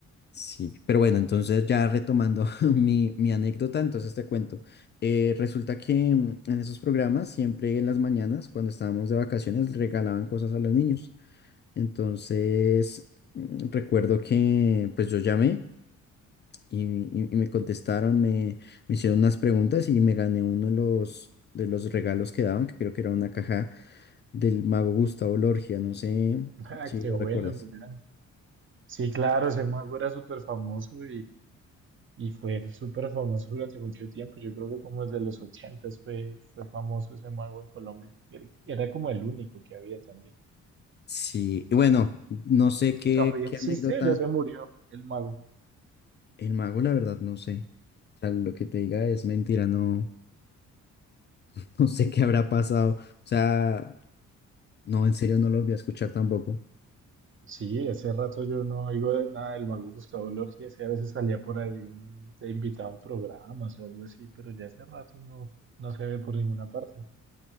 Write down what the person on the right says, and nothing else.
<laughs> Ah,
qué
bueno,
mira. Sí, claro, se mueve súper famoso Y fue súper famoso durante mucho tiempo. Yo creo que como desde los ochentas fue, fue famoso ese mago en Colombia. Era, era como el único que había también.
¿Todavía
existe
o ya se murió el mago?
Sí, hace rato yo no oigo de nada del mago Gustavo Lorgia. Ese a veces salía por ahí en- de invitado programas o algo así, pero ya hace rato no, no se ve por ninguna parte.